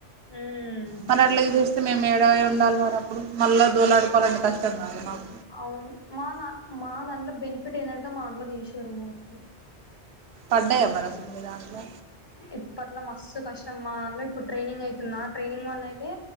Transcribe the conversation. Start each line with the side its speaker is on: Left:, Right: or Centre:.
Left: ఉమ్
Right: మరి అట్లా తీచేస్తే మేము ఏ ఇ ఉండాలి వారు అప్పుడు మళ్ళా దోలాడుకోవాలంటే కష్టం కాదు మాకు
Left: అవును మా ద మా దాంట్లో బెనిఫిట్ ఏంటంటే మా దంట్లో తీసారు మోస్ట్లీ
Right: పడయా మరి అసలు మీ దాంట్లో
Left: ఇప్పట్లో మస్తు కష్టం <unintelligible> ఇప్పుడు ట్రైనింగ్ అయితున్న ట్రైనింగ్ వాల్లకి